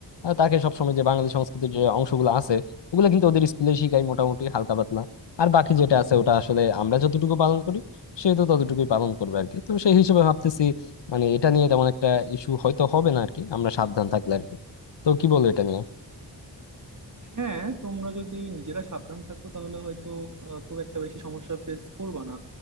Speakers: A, on the left (about 80°); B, on the right (about 45°).
A: আহ, তাকে সবসময় যে বাঙালি সংস্কৃতির যে অংশগুলো আছে ওগুলো কিন্তু ওদের স্কুলে শিখাই মোটামুটি হালকা পাতলা আর বাকি যেটা আছে ওটা আসলে আমরা যতটুকু পালন করি সে তো ততটুকুই পালন করবে আর কি তো সেই হিসেবে ভাবতেছি মানে এটা নিয়ে তেমন একটা ইস্যু হয়তো হবে না আর কি আমরা সাবধান থাকলে আর কি তো কি বলো এটা নিয়ে
B: হ্যাঁ তোমরা যদি নিজেরা সাবধান থাকো তাহলে হয়তো আহ, খুব একটা বেশি সমস্যা ফেস করবে না